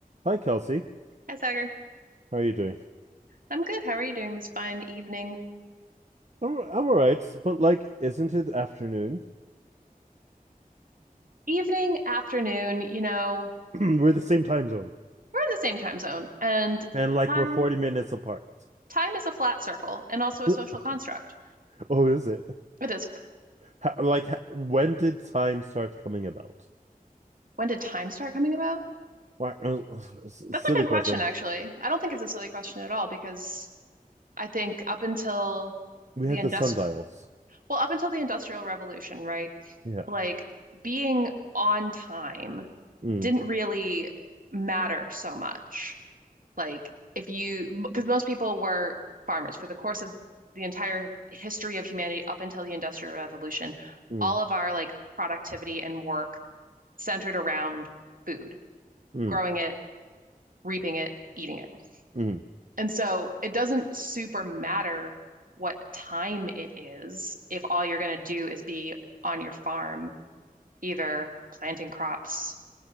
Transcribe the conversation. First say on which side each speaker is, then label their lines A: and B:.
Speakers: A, on the right; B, on the right.
A: Hi, Kelsey.
B: Hi, Sagar.
A: How are you doing?
B: I'm good. How are you doing this fine evening?
A: I'm I'm all right, but like, isn't it afternoon?
B: Evening, afternoon, you know,
A: <clears throat> we're the same time zone,
B: we're in the same time zone, and
A: <clears throat> and like
B: time
A: we're forty minutes apart.
B: time is a flat circle and also a
A: <laughs>
B: social construct.
A: oh, is it?
B: It is.
A: How, like, when did time start coming about?
B: When did time start coming about?
A: Why? uh, silly
B: That's a good
A: question.
B: question, actually. I don't think it's a silly question at all because I think up until
A: We
B: the
A: had
B: indust
A: the sundials.
B: well, up until the Industrial Revolution, right?
A: Yeah.
B: Like being on time
A: Mm,
B: didn't really matter so much. Like if you, because most people were farmers for the course of the entire history of humanity up until the Industrial Revolution,
A: mm,
B: all of our like productivity and work centered around food,
A: mm,
B: growing it, reaping it, eating it.
A: mm,
B: And so it doesn't super matter what time it is if all you're going to do is be on your farm, either planting crops,